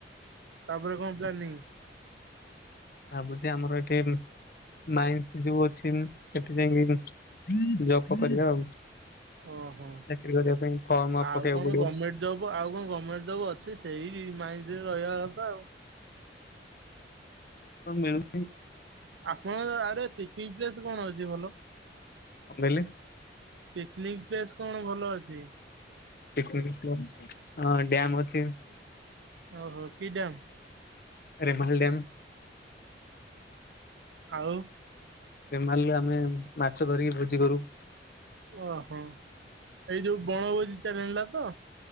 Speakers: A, on the right; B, on the left.
A: ତାପରେ କଣ ପ୍ଲାନିଙ୍ଗ୍?
B: ଭାବୁଛି ଆମର ଏଠି ମାଇନ୍ସ ଯୋଉ ଅଛି ସେଠି ଯାଇକି ଜପ କରିବା ଆଉ। ଚାକିରି
A: ଓହୋ।
B: କରିବା ପାଇଁ ଫର୍ମ
A: ଆଉ
B: ପକେଇଆକୁ
A: କଣ
B: ପଡ଼ିବ।
A: ଗଭର୍ଣ୍ଣମେଣ୍ଟ ଜବ ଆଉ କଣ ଗମେଣ୍ଟ ଜବ୍ ଅଛି ସେଇ ମାଇନ୍ସ ରେ ରହିବା କଥା ଆଉ
B: ତ ମିଳୁ
A: ଆପଣଙ୍କ ଆଡ଼େ ପିକନିକ ପ୍ଲେସ୍ କଣ ଅଛି ଭଲ?
B: କଣ କହିଲେ
A: ପିକନିକ ପ୍ଲେସ କଣ ଭଲ ଅଛି?
B: ପିକନିକ ପ୍ଲସ୍ ଡ୍ୟାମ ଅଛି।
A: ଓହୋ କି ଡ଼୍ୟାମ?
B: ରେମାହଲ୍ ଡ୍ୟାମ୍।
A: ଆଉ?
B: ଏ ମାରିଲେ ଆମେ ମାଛ ଧରିକି ଭୋଜି କରୁ।
A: ଓହୋ ଏଇ ଯୋଉ ବଣଭୋଜି ଚ୍ୟାନେଲ ଟା ତ?